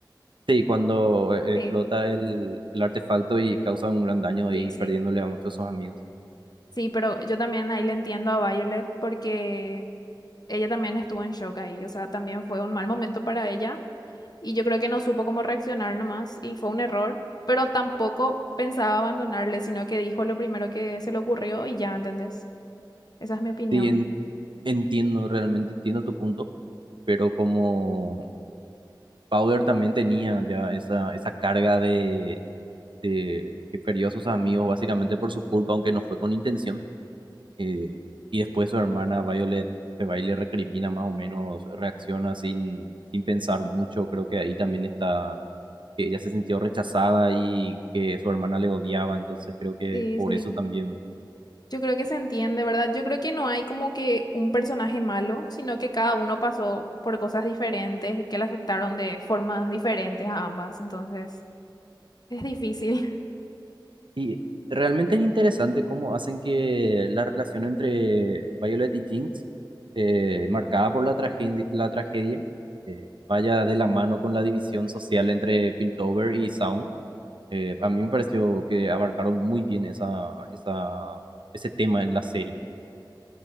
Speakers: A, on the right; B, on the left.
A: Sí, cuando eh,
B: sí,
A: explota el, el artefacto y causa un gran daño
B: sí,
A: y
B: sí.
A: perdiéndole a muchos de sus amigos.
B: Sí, pero yo también ahí le entiendo a Violet porque ella también estuvo en shock ahí. O sea, también fue un mal momento para ella y yo creo que no supo cómo reaccionar nomás y fue un error, pero tampoco pensaba abandonarle, sino que dijo lo primero que se le ocurrió y ya, ¿entendés? Esa es mi opinión.
A: Sí, en- entiendo, realmente entiendo tu punto, pero como Powder también tenía ya esa, esa carga de, de que perdió a sus amigos básicamente por su culpa, aunque no fue con intención. eh, y después su hermana Violet se va y le recrimina más o menos, reacciona sin, sin pensar mucho. Creo que ahí también está, que ella se sintió rechazada y que su hermana le odiaba, entonces creo que
B: Sí,
A: por
B: sí.
A: eso también
B: Yo creo que se entiende, ¿verdad? Yo creo que no hay como que un personaje malo, sino que cada uno pasó por cosas diferentes y que le afectaron de formas diferentes a ambas. Entonces, es difícil. <laughs>
A: Y realmente es interesante cómo hacen que la relación entre Violet y Jinx, eh, marcada por la tragedia, la tragedia eh, vaya de la mano con la división social entre Piltover y Sound. Eh, a mí me pareció que abarcaron muy bien esa, esa, ese tema en la serie.